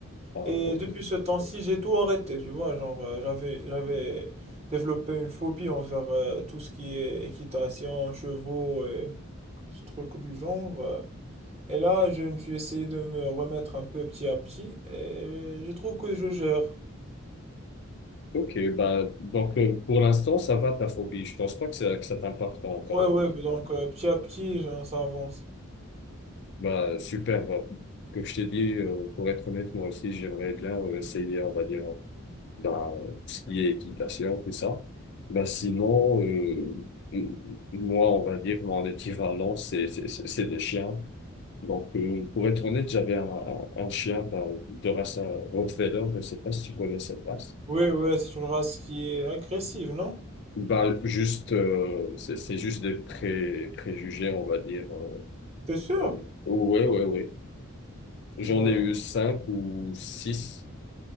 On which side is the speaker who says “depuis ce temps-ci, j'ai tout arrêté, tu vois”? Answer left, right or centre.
Right